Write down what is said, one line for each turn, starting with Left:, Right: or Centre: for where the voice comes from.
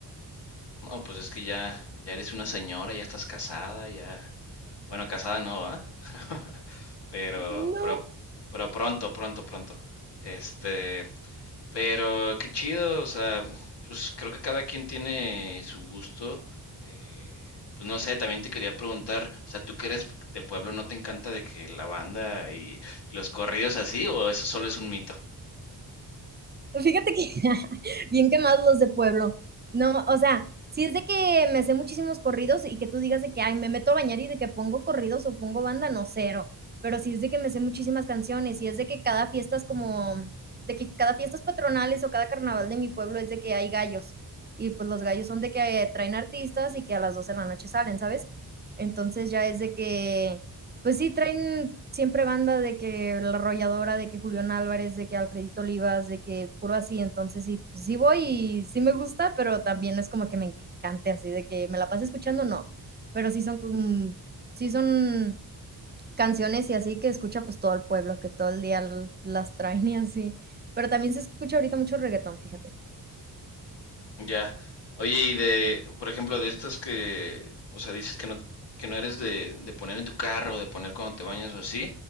Left: No, pues es que ya, ya eres una señora, ya estás casada, ya... Bueno, casada no, ¿va? <laughs> Pero,
Right: No,
Left: pero, pero pronto, pronto, pronto. Este, Pero qué chido, o sea, pues creo que cada quien tiene su gusto. eh, pues no sé, también te quería preguntar, o sea, ¿tú que eres de pueblo no te encanta de que la banda y, y los corridos así o eso solo es un mito?
Right: fíjate que <laughs> bien quemados los de pueblo. No, o sea, si es de que me sé muchísimos corridos y que tú digas de que, ay, me meto a bañar y de que pongo corridos o pongo banda, no, cero. Pero si es de que me sé muchísimas canciones y es de que cada fiesta es como, de que cada fiestas patronales o cada carnaval de mi pueblo es de que hay gallos. Y pues los gallos son de que eh, traen artistas y que a las 12 de la noche salen, ¿sabes? Entonces ya es de que pues sí, traen siempre banda de que La Arrolladora, de que Julián Álvarez, de que Alfredito Olivas, de que puro así, entonces sí, pues sí voy y sí me gusta, pero también no es como que me encante así de que me la pase escuchando, no, pero sí son, com- sí son canciones y así que escucha pues todo el pueblo, que todo el día l- las traen y así, pero también se escucha ahorita mucho reggaetón, fíjate.
Left: Ya. Oye, y de, por ejemplo, de estas que, o sea, dices que no, que no eres de, de poner en tu carro, de poner cuando te bañas o así,